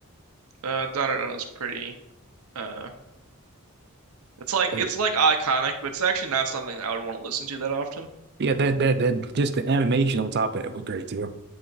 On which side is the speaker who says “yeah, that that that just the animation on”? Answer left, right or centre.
Right